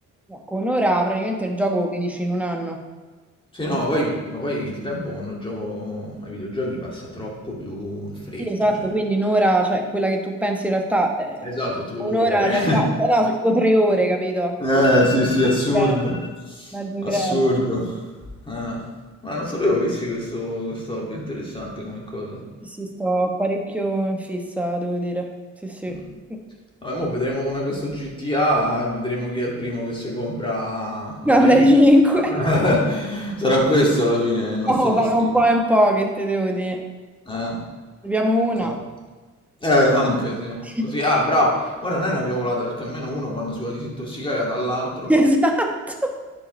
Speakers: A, in the centre; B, on the left.
A: no, con ora praticamente il gioco finisce in un anno.
B: Sì, no, ma poi, ma poi il tempo quando gioco ai videogiochi passa troppo più in fretta,
A: Sì, esatto,
B: cioè.
A: quindi un'ora, cioè quella che tu pensi in realtà, eh,
B: Esatto, tipo
A: un'ora
B: due ore.
A: in realtà,
B: <laughs>
A: cioè, no, sono tipo tre ore, capito?
B: Eh, sì, sì, assurdo.
A: Breve, mezzo
B: Assurdo.
A: greve.
B: Ah, Ma non sapevo avessi questo, questo hobby, interessante come cosa.
A: Sì, sì, sto parecchio in fissa, devo dire. Sì, sì.
B: Mm.
A: <laughs>
B: Vabbè, mo vedremo come questo GTA e vedremo chi è il primo che si compra la
A: Una
B: Play
A: Play
B: 5.
A: 5.
B: <laughs>
A: <laughs>
B: Sarà questo alla fine il nostro
A: No,
B: destino.
A: fanno un po' e un po', che te devo dire.
B: Eh.
A: Ne abbiamo una.
B: No. Eh, anche sì.
A: <laughs>
B: Così, ah, brava. Guarda, non è una cavolata perché almeno uno quando si vuole disintossicare dà all'altro
A: Esatto.